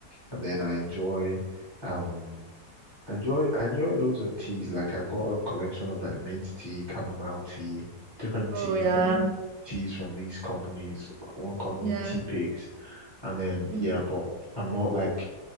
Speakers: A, on the left; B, on the right.
A: And then I enjoy um I enjoy I enjoy loads of teas. Like I've got a collection of like mint tea, chamomile tea, different
B: Oh
A: tea
B: yeah,
A: from teas from these companies. One company,
B: yeah.
A: Tea Pigs, and then yeah,
B: Mm-hmm.
A: but I'm not like